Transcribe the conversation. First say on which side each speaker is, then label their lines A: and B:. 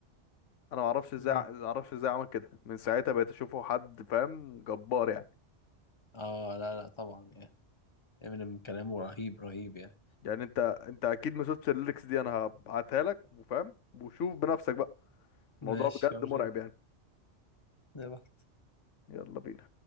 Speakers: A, on the left (about 85°); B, on the left (about 25°).
A: انا ما اعرفش ازاي
B: امم
A: ع- ما اعرفش ازاي عمل كده من ساعتها بقيت اشوفه حد فاهم جبار يعني
B: آه لا لا طبعا يعني إمينيم كلامه رهيب رهيب يعني
A: يعني انت انت اكيد ما شفتش الليركس دي انا هبعتها لك وفاهم وشوف بنفسك بقى الموضوع
B: ماشي
A: بجد
B: وريني
A: مرعب يعني
B: صباح
A: يلا بينا